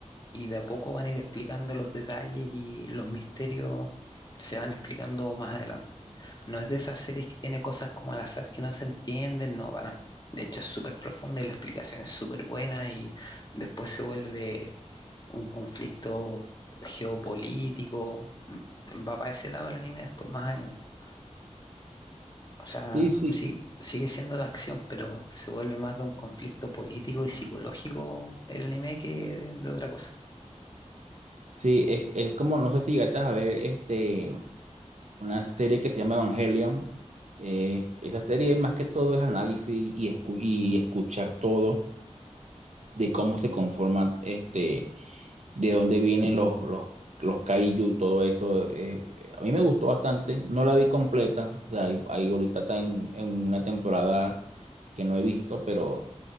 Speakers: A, on the left; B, on the right.
A: y de a poco van a ir explicando los detalles y los misterios se van explicando más adelante. No es de esas series que tiene cosas como al azar que no se entienden, no, para nada. De hecho, es súper profunda y la explicación es súper buena y después se vuelve un conflicto geopolítico. mm, Va para ese lado el anime después, más adelante. O sea,
B: Sí, sí.
A: sí, sigue siendo de acción, pero se vuelve más de un conflicto político y psicológico el anime que de, de otra cosa.
B: Sí, es, es como, no sé si llegaste a ver este, una serie que se llama Evangelion. Eh, esa serie más que todo es análisis y, escu- y escuchar todo. de cómo se conforma, este, de dónde vienen los, los, los kaiju y todo eso. eh, a mí me gustó bastante, no la vi completa, o sea, ahí, ahí ahorita está en, en una temporada que no he visto, pero